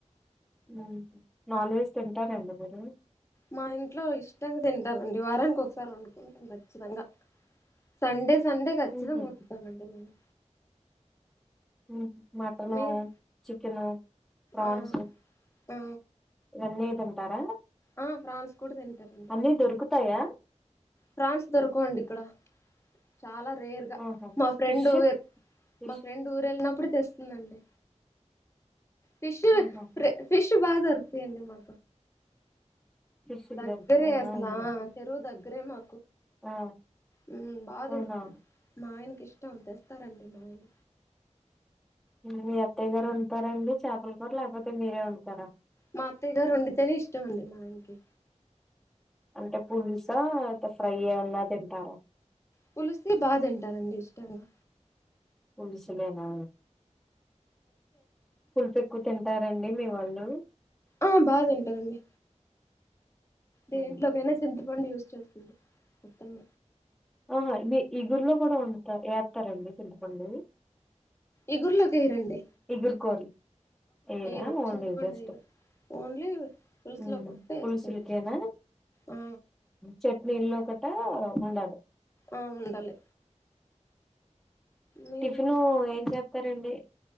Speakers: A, in the centre; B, on the left (about 20°).
A: ఉ నాన్ వెజ్ తింటారండి మీరు మ్
B: మా ఇంట్లో ఇష్టంగా తింటారండి వారానికి ఒకసారి వండుకుంటాం ఖచ్చితంగా సండే సండే కచ్చితంగా
A: ఉహు
B: వండుతానండి నేను
A: ఉ మటను
B: మీరు
A: చే చికను ఫ్రాన్స్
B: ఆ ఆ
A: ఇవ్వని తింటారా
B: ఆ ప్రాన్స్ కూడా తింటారండి
A: అన్ని దొరుకుతాయా
B: ప్రాన్స్ దొరకవండి ఇక్కడ చాలా రేర్ గా
A: ఆహా
B: మా ఫ్రెండు
A: ఫిష్ ఫిష్
B: మా ఫ్రెండ్ ఊరు వెళ్ళినప్పుడు తెస్ తినండి ఫిష్
A: ఆహా
B: ఫిష్ బాగా దొరుకుతాయాండి మా
A: ఫిష్
B: దగ్గరే
A: దొరుకుతాయా
B: అసలా
A: హ్మ్.
B: చెరువు దగ్ గ్రేమ
A: ఆ
B: హ్మ్ బా దొరుకుతాయి
A: ఆహా
B: మా ఆయన ఇష్టం తెస్తారండి మాఆయన
A: మీ అత్తయ్య గారు వండుతారా అండి చేపల కూర లేకపోతే మీరే వండుతారా
B: మా అత్తయ్య గారు వండితేనే ఇష్టం అండి మాఆయనకి
A: అంటే పులుసా ఐతే ఫ్రై ఏమైనా తిం టారు
B: పులుసే బా తింటారండి ఇష్టంగా
A: పుల్సులేనా పులుపు ఎక్కువ తింటారండి మీ వాళ్ళు
B: ఆ బా తింటారండి దేంట్లోకైనా
A: హ్మ్.
B: చింత పండు యూజ్ చేస్తుంది అత్తమ్మ
A: ఆహా మీ ఇగురిలో కూడా వండుత ఏత్తారండి చింతపండు
B: ఇగుర్లోకి ఏయరండి
A: ఇగుర్కోర్లు ఏయరా
B: ఎయ్యరు
A: ఓన్లీ
B: చింతపండు
A: జస్ట్
B: ఎయ్యరు ఓన్లీ పులుసులో
A: మ్
B: ఒకటే
A: పులుసుల్కేనా
B: ఏస్తారు ఆ
A: చట్నీ ఒకట ఉండాలి
B: ఆ ఉండాలి మీరండి
A: టిఫిన్ ఏం చెప్ సరెండి